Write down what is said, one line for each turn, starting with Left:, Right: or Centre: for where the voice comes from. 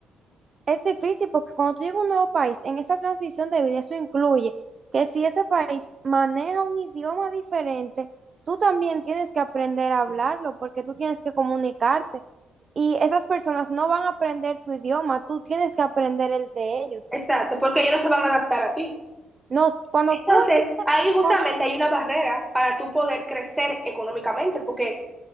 Right: Es difícil porque cuando tú llegas a un nuevo país, en esa transición de vida, eso incluye que si ese país maneja un idioma diferente, tú también tienes que aprender a hablarlo porque tú tienes que comunicarte y esas personas no van a aprender tu idioma, tú tienes que aprender el de ellos.
Centre: Exacto, porque ellos no se van a adaptar a ti.
Right: No, cuando
Centre: Entonces,
Right: tú, empi-
Centre: ahí justamente
Right: cuando tú
Centre: hay una barrera para tú poder crecer económicamente, porque